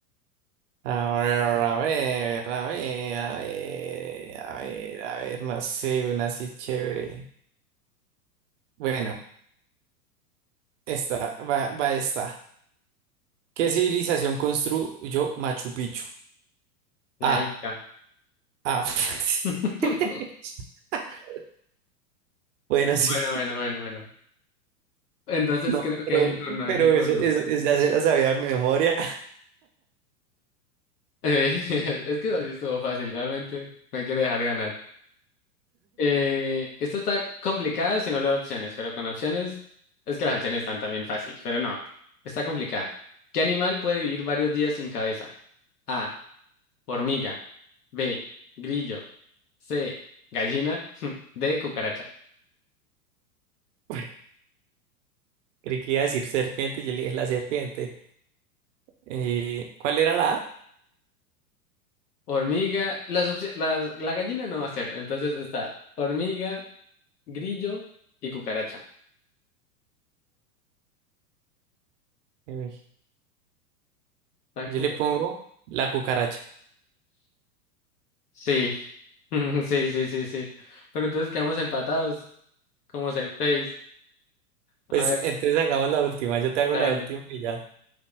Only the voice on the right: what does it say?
a ver, a ver, a ver, a ver, a ver, a ver, no sé, una así chévere. Bueno, esta, va, va esta. ¿Qué civilización construyó Machu Picchu?
Ah,
ah. <laughs>
Bueno, sí.
No,
pero,
pero
eso, eso, eso ya se la sabía de memoria.
<laughs> Creí que iba a decir serpiente, yo le dije la serpiente. Eh, ¿cuál era la A?
Uy.
Yo
le pongo la cucaracha.
Pues
entonces hagamos la última. Yo te hago
la
última y ya.